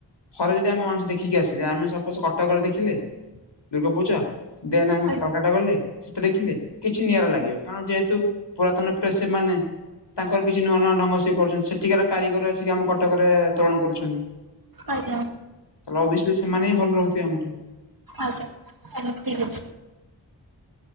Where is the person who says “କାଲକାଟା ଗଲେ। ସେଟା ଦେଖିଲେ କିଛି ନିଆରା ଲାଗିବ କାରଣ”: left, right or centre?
Left